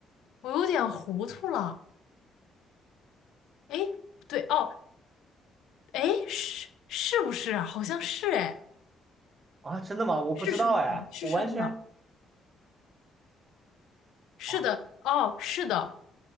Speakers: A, on the left; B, on the right.
A: 我有点糊涂了，哎，不对哦，哎，是是不是啊？好像是哎。
B: 啊，真的吗？我不知道哎，
A: 是生的，是生的，
B: 我完全
A: 是的，
B: 啊，
A: 哦，是的，